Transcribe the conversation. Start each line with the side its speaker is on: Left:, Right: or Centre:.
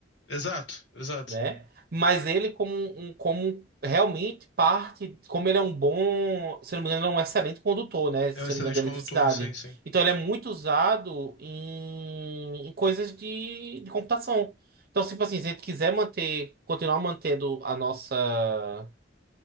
Left: Exato, exato.
Right: né? Mas ele como um, um- como realmente parte, como ele é um bom, se eu não me engano, ele é um excelente condutor, né? Se
Left: É um excelente
Right: eu não me engano, de
Left: condutor,
Right: eletricidade.
Left: sim, sim.
Right: Então ele é muito usado em, em coisas de, de computação. Então, tipo assim, se a gente quiser manter, continuar mantendo a nossa,